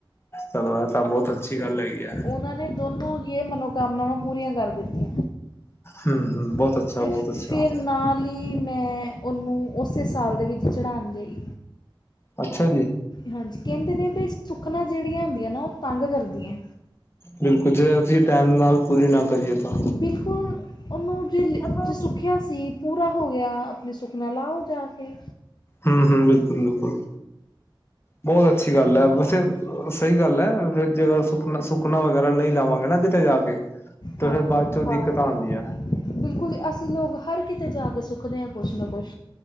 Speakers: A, on the left (about 30°); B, on the left (about 50°).
A: ਚਲੋ ਇਹ ਤਾਂ ਬਹੁਤ ਅੱਛੀ ਗੱਲ ਹੈਗੀ ਆ।
B: ਉਹਨਾਂ ਨੇ ਦੋਨੋਂ ਇਹ ਮਨੋਕਾਮਨਾਵਾਂ ਪੂਰੀਆਂ ਕਰ ਦਿੱਤੀਆਂ।
A: ਹਮ ਹਮ ਬਹੁਤ
B: ਅਤੇ
A: ਅੱਛਾ ਬਹੁਤ ਅੱਛਾ
B: ਫਿਰ ਨਾਲ ਹੀ ਮੈਂ ਉਹਨੂੰ ਉਸੇ ਸਾਲ ਦੇ ਵਿੱਚ ਚੜ੍ਹਾਉਣ ਗਈ
A: ਅੱਛਾ ਜੀ
B: ਹਾਂਜੀ ਕਹਿੰਦੇ ਨੇ ਵੀ ਸੁੱਖਨਾ ਜਿਹੜੀਆਂ ਹੁੰਦੀਆਂ ਨਾ ਉਹ ਤੰਗ ਕਰਦੀਆਂ।
A: ਬਿਲਕੁਲ ਜੇ ਅਸੀਂ ਟਾਈਮ ਨਾਲ ਪੂਰੀ ਨਾ ਕਰੀਏ ਤਾਂ।
B: ਬਿਲਕੁਲ ਉਹਨੂੰ ਜੇ
A: ਹੂੰ,
B: ਜ ਸੁੱਖਿਆ ਸੀ ਪੂਰਾ ਹੋ ਗਿਆ। ਵੀ ਸੁਖਨਾ ਲਾ ਆਓ ਜਾ ਕੇ।
A: ਹਾਂ ਹਾਂ ਬਿਲਕੁਲ ਬਿਲਕੁਲ। ਬਹੁਤ ਅੱਛੀ ਗੱਲ ਹੈ, ਵੈਸੇ ਸਹੀ ਗੱਲ ਹੈ ਜੇਰ ਸੁਖਨਾ ਸੁਖਨਾ ਵਗੈਰਾ ਨਹੀਂ ਲਾਵਾਂਗੇ ਨਾ। ਉਤੇ ਜਾ ਕੇ ਤੇ
B: ਹਾਂ
A: ਫੇਰ ਬਾਅਦ ਚੋਂ ਦਿੱਕਤਾਂ ਆਉਂਦੀ ਹੈ।
B: ਬਿਲਕੁਲ ਜੀ ਅਸੀਂ ਲੋਕ ਹਰ ਕਿਤੇ ਜਾ ਕੇ ਸੁਖਦੇ ਹਾਂ ਕੁਛ ਨਾ ਕੁਛ।